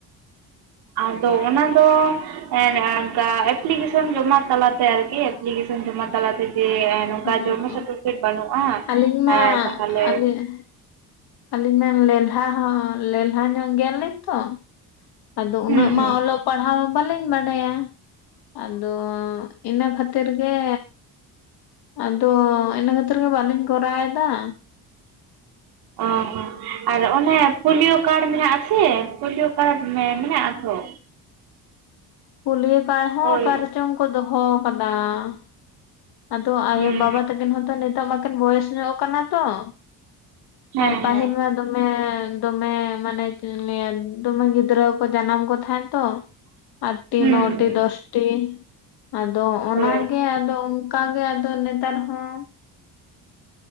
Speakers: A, on the right (about 75°); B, on the left (about 85°).
A: ᱟᱫᱚ ᱚᱱᱟ ᱫᱚᱼᱼ ᱦᱮᱸ ᱮᱱᱮ ᱚᱱᱠᱟ ᱮᱯᱞᱤᱠᱮᱥᱚᱱ ᱡᱚᱢᱟ ᱛᱟᱞᱟᱛᱮ ᱟᱨᱠᱤ, ᱮᱯᱞᱤᱠᱮᱥᱚᱱ ᱡᱚᱢᱟ ᱛᱟᱞᱟᱛᱮ ᱜᱮᱼᱼ ᱱᱚᱝᱠᱟ
B: ᱦᱮᱸ
A: ᱡᱚᱱᱢᱚ
B: ᱦᱮᱸ
A: ᱥᱟᱨᱴᱤᱯᱷᱤᱠᱮᱴ ᱵᱟᱹᱱᱩᱜᱼᱟ,
B: ᱟᱹᱞᱤᱧ ᱢᱟ
A: ᱮᱸ ᱛᱟᱦᱟᱞᱮᱼᱼ
B: ᱟᱹᱞᱤᱧ ᱟᱹᱞᱤᱧ ᱢᱮᱱ ᱞᱮᱞᱦᱟ ᱦᱚᱸ ᱞᱮᱞᱦᱟ ᱧᱚᱜ ᱜᱮᱭᱟᱞᱤᱧ ᱛᱚ ᱾ ᱟᱫᱚ
A: ᱦᱩᱸ
B: ᱩᱱᱟᱹᱜ
A: ᱦᱩᱸ
B: ᱢᱟ ᱚᱞᱚᱜ ᱯᱟᱲᱦᱟᱣ ᱵᱟᱹᱞᱤᱧ ᱵᱟᱰᱟᱭᱟ ᱾ ᱟᱫᱚ, ᱤᱱᱟᱹ ᱠᱷᱟᱹᱛᱤᱨ ᱜᱮᱼᱼ ᱟᱫᱚ, ᱤᱱᱟᱹ ᱠᱷᱟᱹᱛᱤᱨ ᱜᱮ ᱵᱟᱞᱤᱧ ᱠᱚᱨᱟᱣ ᱮᱫᱟ ᱾
A: ᱚ ᱦᱚᱸ <unintelligible> ᱟᱨ ᱚᱱᱮ ᱯᱳᱞᱤᱭᱳ ᱠᱟᱨᱰ ᱢᱤᱱᱟᱜ ᱟᱥᱮ, ᱯᱳᱞᱤᱭᱳ ᱠᱟᱨᱰ ᱢᱮᱱᱟᱜᱼᱟ ᱛᱚ ᱾
B: ᱯᱩᱞᱤᱭᱟᱹ ᱠᱟᱬ ᱦᱚᱸ
A: ᱦᱳᱭ
B: ᱚᱠᱟᱨᱮ ᱪᱚᱝ ᱠᱚ ᱫᱚᱦᱚ ᱠᱟᱫᱟ ᱾ ᱟᱫᱚ ᱟᱭᱳᱼᱵᱟᱵᱟ
A: ᱦᱩᱸ
B: ᱛᱟᱹᱠᱤᱱ ᱦᱚᱸᱛᱚ ᱱᱤᱛᱚᱜ ᱢᱟᱠᱤᱱ ᱵᱚᱭᱚᱥ ᱧᱚᱜ ᱠᱟᱱᱟ ᱛᱚ ᱾
A: ᱦᱮᱸ
B: ᱟᱨ ᱯᱟᱦᱤᱞ
A: ᱦᱮᱸ
B: ᱢᱟᱼᱼ ᱫᱚᱢᱮ ᱫᱚᱢᱮ ᱢᱟᱱᱮ <inaudible> ᱫᱚᱢᱮ ᱜᱤᱫᱽᱨᱟᱹ ᱠᱚ ᱡᱟᱱᱟᱢ ᱠᱚ ᱛᱟᱦᱮᱸ ᱛᱚ
A: <inaudible>
B: ᱟᱴᱴᱤ ᱱᱚᱴᱤ
A: ᱦᱩᱸ
B: ᱫᱚᱥᱴᱤ ᱟᱫᱚ ᱚᱱᱟᱜᱮ
A: ᱦᱳᱭ
B: ᱟᱫᱚᱼᱼ ᱠᱟ ᱜᱮ ᱟᱫᱚ ᱱᱮᱛᱟᱨ ᱦᱚᱸᱼᱼ